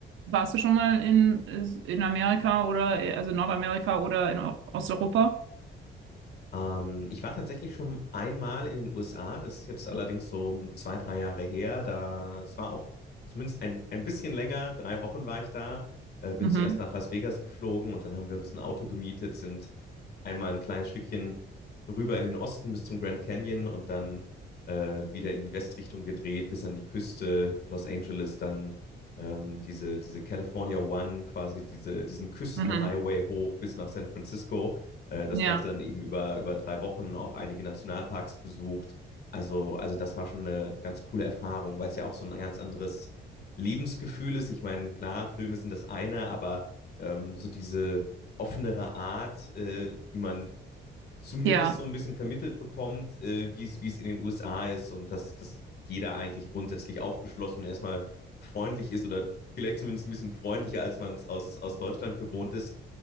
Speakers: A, on the right; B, on the left.
A: Warst du schon mal in, in Amerika oder, also in Nordamerika oder in O- Osteuropa?
B: Ähm, ich war tatsächlich schon einmal in den USA, das ist jetzt allerdings so um zwei, drei Jahre her. Da, es war auch zumindest ein, ein bisschen länger, drei Wochen war ich da. Äh, bin
A: Mhm.
B: zuerst nach Las Vegas geflogen und dann haben wir uns ein Auto gemietet, sind einmal ein kleines Stückchen rüber in den Osten bis zum Grand Canyon und dann äh, wieder in die Westrichtung gedreht, bis an die Küste Los Angeles, dann ähm, diese, diese California One, quasi diese, diesen Küstenhighway
A: Mhm.
B: hoch bis nach San Francisco. Äh, das
A: ja,
B: Ganze dann eben über, über drei Wochen auch einige Nationalparks besucht. Also, also das war schon eine ganz coole Erfahrung, weil es ja auch so ein ganz anderes Lebensgefühl ist. Ich meine, klar, Filme sind das eine, aber ähm, so diese offenere Art, äh, die man zumindest
A: Ja.
B: so ein bisschen vermittelt bekommt, äh, wie es, wie es in den USA ist und dass, dass jeder eigentlich grundsätzlich aufgeschlossen und erstmal freundlich ist oder vielleicht zumindest ein bisschen freundlicher, als man es aus, aus Deutschland gewohnt ist.